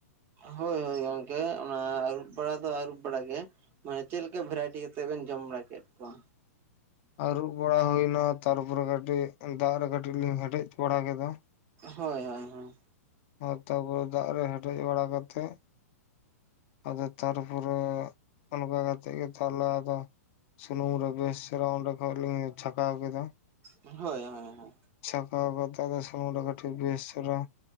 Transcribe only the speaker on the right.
ᱦᱳᱭ ᱦᱳᱭ ᱜᱚᱝᱠᱮ ᱚᱱᱟ ᱟᱹᱨᱩᱵ ᱵᱟᱲᱟ ᱫᱚ ᱟᱹᱨᱩᱯ ᱵᱟᱲᱟᱟᱜ ᱜᱮ ᱢᱟᱱᱮ ᱪᱮᱫ ᱞᱮᱠᱟ ᱵᱷᱮᱨᱟᱭᱴᱤ ᱛᱮᱵᱮᱱ ᱡᱚᱢ ᱵᱟᱲᱟ ᱠᱮᱫ ᱠᱚᱣᱟ?
ᱦᱳᱭ ᱦᱳᱭ ᱦᱳᱭ᱾
ᱦᱳᱭ ᱦᱳᱭ ᱦᱳᱭ᱾